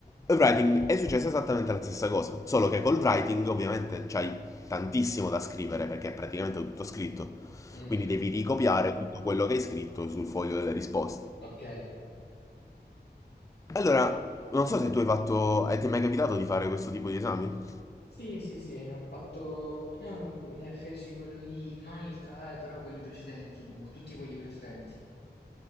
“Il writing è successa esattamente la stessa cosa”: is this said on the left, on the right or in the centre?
Left